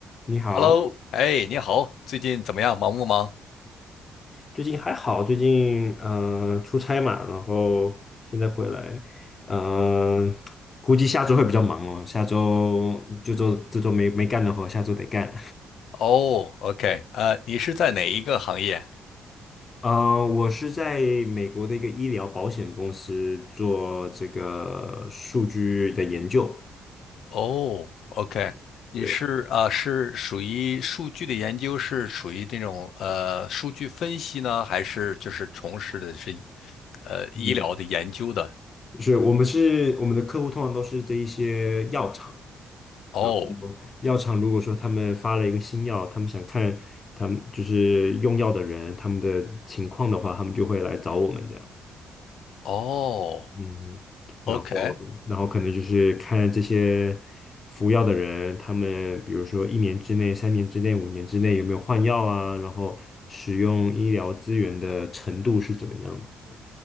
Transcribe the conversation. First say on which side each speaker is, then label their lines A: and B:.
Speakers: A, on the left; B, on the left.
A: 你好，
B: Hello，哎，你好，最近怎么样？忙不忙？
A: 最近还好，最近嗯，出差嘛，然后现在回来，嗯，估计下周会比较忙哦，下周这周这周没没干的活，下周得干。
B: 哦，OK，呃，你是在哪一个行业？
A: 呃，我是在美国的一个医疗保险公司做这个数据的研究，
B: 哦，OK，你是啊，
A: 对，
B: 是属于数据的研究，是属于这种呃数据分析呢，还是就是从事的是呃医疗的研究的？
A: 嗯，是我们是我们的客户通常都是这一些药厂。
B: 哦，
A: 然后药厂如果说他们发了一个新药，他们想看他们就是用药的人他们的情况的话，他们就会来找我们这样。
B: 哦
A: 嗯，然后然后可能就是看这些服药的人，
B: ，OK，
A: 他们比如说一年之内、三年之内、五年之内有没有换药啊，然后使用医疗资源的程度是怎么样的。